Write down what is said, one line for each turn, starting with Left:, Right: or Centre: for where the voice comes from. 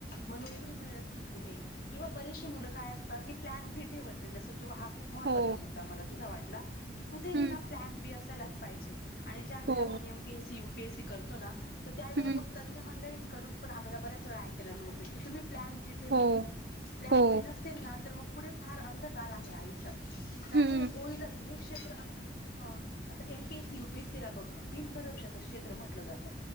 Left: मग नोकरीं मिळत नाही किंवा बरचशी मुलं काय असतात. ठेवत नाही. हा खूप महत्वाचा
Right: हो
Left: मुद्दा मला तुझा वाटला की कुठे
Right: हम्म
Left: ना प्लन बी असायलाच पाहिजे. आणि ज्यावेळी
Right: हो
Left: आपण M, P, S, C, U, P, S, C करतो ना तर त्यावेळी
Right: हम्म
Left: बघतात मंडळी. कडुन पण बऱ्याच वेळा ऐकायला मिळत की तुम्ही. प्लॅन बी ठेवा
Right: हो
Left: प्लॅन
Right: हो
Left: बी नसेल ना तर मग पुढे फार अंधकार आहे आयुष्यात कारण
Right: हम्म
Left: हे होईलच हे क्षेत्र आणि आता M, P, S C U, P, S, C ला बघ. बिनभरवशाच क्षेत्र म्हटलं जात